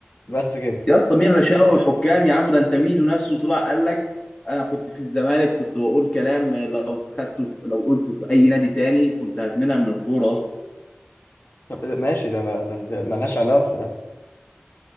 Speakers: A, on the left; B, on the left.
A: بس كده
B: يا اسطى مين رشاوي حكام يا عم ده انت ميدو نفسه طلع قال لك انا كنت في الزمالك كنت بقول كلام آه، لو خدته في لو قلته في اي نادي تاني كنت هتمنع من الكوره اصلا
A: طب ده- ماشي ده بقى- بس ده ملهاش علاقة ده